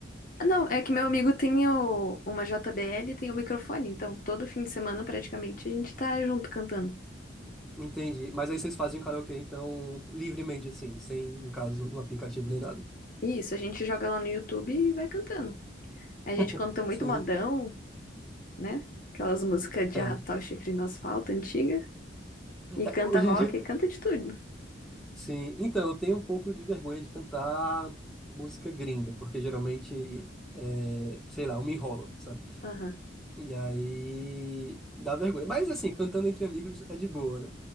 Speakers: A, on the left (about 45°); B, in the centre.
A: Não, é que meu amigo tem o- uma JBL e tem o microfone, então todo fim de semana praticamente a gente tá junto cantando.
B: Entendi. Mas aí vocês fazem karaokê, então, livremente, assim, sem, no caso, um aplicativo nem nada.
A: Isso, a gente joga lá no YouTube e vai cantando. A gente
B: <laughs>
A: canta muito
B: Sim.
A: modão, né? Aquelas músicas de
B: É.
A: arrastar o chifre no asfalto antiga. E
B: É,
A: canta
B: hoje
A: rock,
B: em dia,
A: e canta de tudo.
B: sim. Então, eu tenho um pouco de vergonha de cantar música gringa, porque geralmente, é, sei lá, eu me enrolo, sabe?
A: Aham.
B: E aí dá vergonha. Mas, assim, cantando entre amigos é de boa, né?